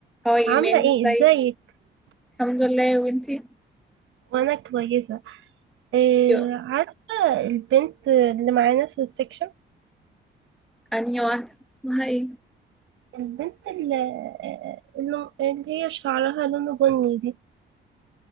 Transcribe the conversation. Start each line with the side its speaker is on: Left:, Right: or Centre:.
Centre: هاي ايمان
Right: عاملة ايه
Centre: ازاي
Right: ازيك
Centre: الحمد لله وانتي
Right: وانا كويسة إيه
Centre: يو
Right: عارفة البنت اللي معانا في السكشن
Centre: انهي واحده اسمها ايه
Right: البنت اللي, آه، اللي اللي هي شعرها لونه بني دي